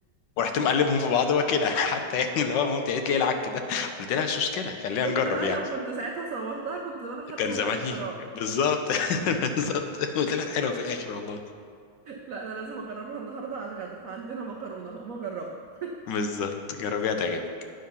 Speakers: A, on the left; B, on the right.
A: ورحت مقلبهم في بعض واكلها <laughs> حتى يعني اللي هو مامتي قالت لي إيه العك ده قلت لها مش مشكله خلينا
B: شفت
A: نجرب
B: بقى
A: يعني
B: لو كنت ساعتها صورتها كنت زمان خدت
A: كان
B: براءة
A: زماني
B: اختراع
A: بالظبط <laughs> بالظبط وطلعت حلوه في الاخر والله
B: لا انا لازم اجربها النهارده على الغدا احنا عندنا مكرونه هقوم اجربها
A: بالظبط جربيها تعجبك